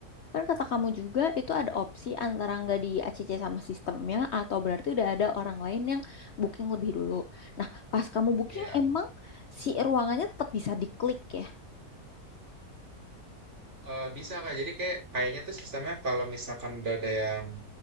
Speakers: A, on the left; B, on the right.
A: Kan kata kamu juga itu ada opsi antara nggak di ACC sama sistemnya atau berarti udah ada orang lain yang booking lebih dulu. Nah, pas kamu booking
B: Ya,
A: emang si ruangannya tetap bisa diklik ya?
B: Eh, bisa Kak. Jadi kayak kayaknya tuh sistemnya kalau misalkan udah ada yang